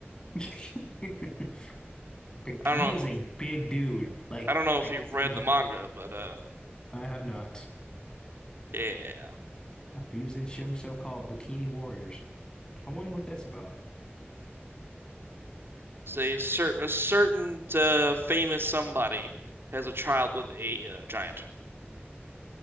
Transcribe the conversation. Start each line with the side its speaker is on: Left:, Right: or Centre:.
Left: <laughs> Like
Right: I
Left: he
Right: don't
Left: is
Right: know.
Left: a big dude. Like
Right: I don't know
Left: like
Right: if you've read
Left: he-
Right: the manga, but uh,
Left: I have not.
Right: yeah.
Left: He was in Shim so-called Bikini Warriors. I wonder what that's about.
Right: Say a, cer a certain uh, famous somebody has a child with a uh, giant,